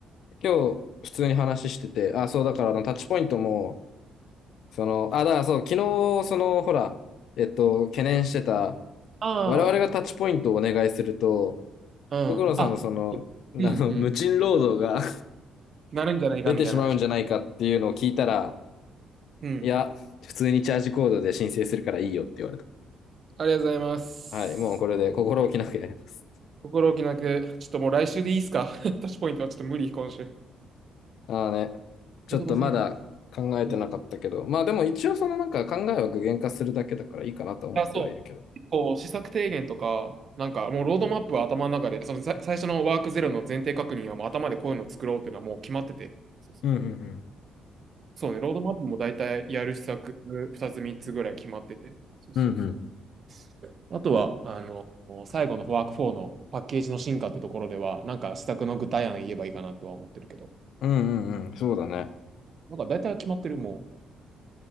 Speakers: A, on the left; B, on the right.
A: 今日、普通に話してて、あ、そう、だからあの、タッチポイントも、その、あ、だからそう、昨日、その、ほら、えっと、懸念してた、
B: あ
A: 我々がタッチポイントをお願いすると、
B: あ、うん。
A: 奥野さんのその、
B: あ、
A: あの、
B: うん、うん。
A: 無賃労働が
B: なるんじゃないか、
A: <laughs> 出てしまうんじゃないかっていうのを聞いたら、
B: みたいな話。うん。
A: いや、普通にチャージコードで申請するからいいよって言われた。
B: ありがとうございます。
A: はい、もうこれで心置きなくやります。
B: 心置きなく、ちょっともう来週でいいっすか <laughs> タッチポイントはちょっと無理、今週。
A: ああね、ちょっとまだ考えてなかったけど、
B: そういうことすぎる。うん。
A: まあでも一応そのなんか考えは具現化するだけだからいいかなと思ってはいるけど。
B: あ、そう。結構、施策提言とか、なんかもうロードマップは頭の中で、そのさ最初のワークゼロの前提確認はもう頭でこういうのを作ろうっていうのはもう決まってて。そうそうそう。
A: うんうん
B: そうね、ロードマップも大体やる施策2つ3つぐらい決まってて。そうそうそう。
A: うん。うんうん。
B: あとは、あの、最後のワーク4のパッケージの進化ってところでは、なんか施策の具体案言えばいいかなとは思ってるけど。
A: うんうんうん。そうだね。
B: なんか大体は決まってる、も